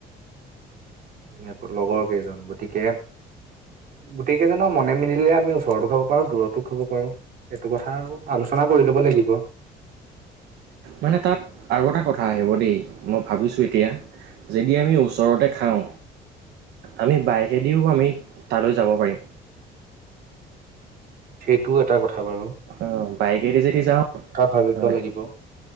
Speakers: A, on the right (about 55°); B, on the right (about 75°).
A: <unintelligible> লগৰ কেইজন গতিকে, গোটেই কেইজনৰ মনে মিলিলে আমি ওচৰতো খাব পাৰো দূৰতো খাব পাৰো, এইটো কথা আৰু আলোচনা কৰি লব লাগিব।
B: মানে তাত আৰু এটা কথা আহিব দেই, মই ভাবিছোঁ এতিয়া যদি আমি ওচৰতে খাওঁ আমি বাইকেদিও আমি তালৈ যাব পাৰিম।
A: সেইটো এটা কথা বাৰু।
B: অ', বাইকেদি যদি যাওঁ
A: ভবিব
B: হয়
A: লাগিব।